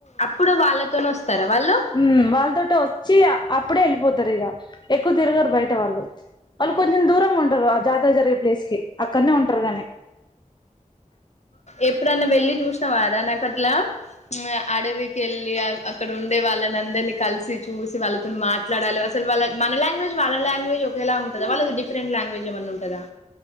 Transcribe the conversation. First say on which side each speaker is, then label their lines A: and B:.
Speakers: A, on the left; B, on the left.
A: అప్పుడు వాళ్ళతోనే వస్తారా వాళ్ళు
B: ఉ వాళ్ళతోటి వచ్చి ఆ అప్పుడే వెళ్ళిపోతారు ఇక ఎక్కువ తిరగారు బయట వాళ్ళు వాళ్ళు కొం చెం దూరంగా ఉండరు ఆ జాతర జరిగే ప్లేస్ కి. అక్కనే ఉంటారు గాని.
A: ఎప్పుడన్నా వెళ్లిి చూసినావర నాకు అట్లా అడవికి వెళ్ళి అక్కడ ఉండే వాళ్ళని అందరినీ కలిసి చూసి వాళ్ళతోనీ మాట్లాడాలి అసలు వాళ్ళ మన లాంగ్వేజ్ వాళ్ళ లాంగ్వేజ్ ఒకేలాగా ఉంటదా వాళ్ళకి డిఫరెంట్ లాంగ్వేజ్ ఏమన్నా ఉంటదా.